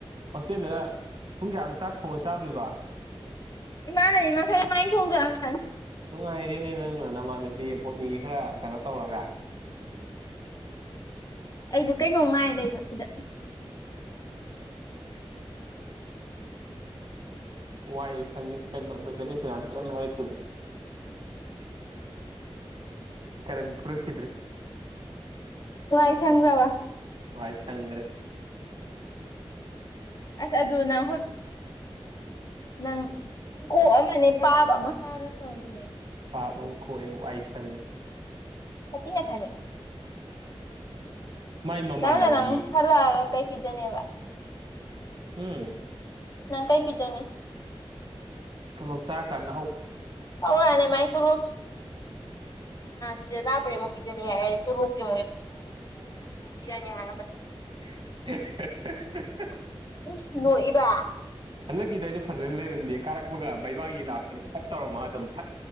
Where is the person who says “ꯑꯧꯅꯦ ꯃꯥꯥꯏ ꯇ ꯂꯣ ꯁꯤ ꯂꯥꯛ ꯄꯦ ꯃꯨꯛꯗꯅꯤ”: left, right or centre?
Left